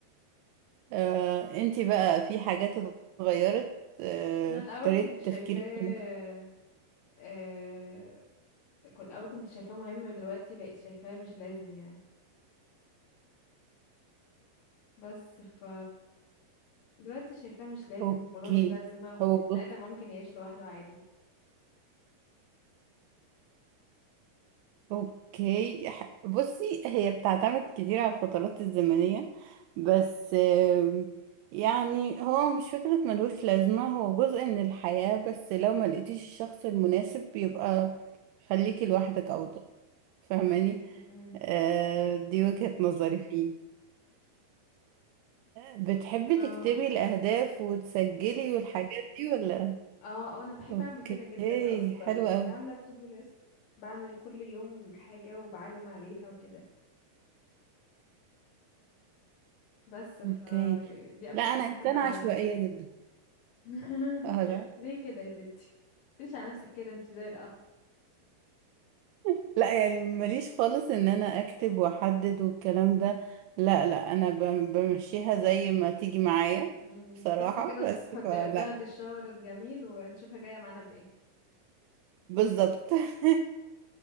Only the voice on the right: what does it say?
آه، انتي بقى في حاجات اتغيرت آه،
في طريقة
تفكيرك في الناس؟
اوكي
هو
بص
اوكي ح- بصي هي بتعتمد كتير على الفترات الزمنية بس آم، يعني هو مش فكرة ملهوش لازمة هو جزء من الحياة بس لو ما لقيتيش الشخص المناسب يبقى خليكي لوحدك أفضل فاهماني
آه، دي وجهة نظري فيه بتحبي
تكتبي الأهداف وتسجلي والحاجات دي ولا
أوكي
حلو
أوي
أوكي
لا أنا
إنسانة
عشوائية جدا
اه لا
<laughs> لا يعني ماليش خالص إن أنا أكتب وأحدد والكلام ده لا لا أنا بم- بمشيها زي ما تيجي معايا
بصراحة
بس
فلا
بالظبط <laughs>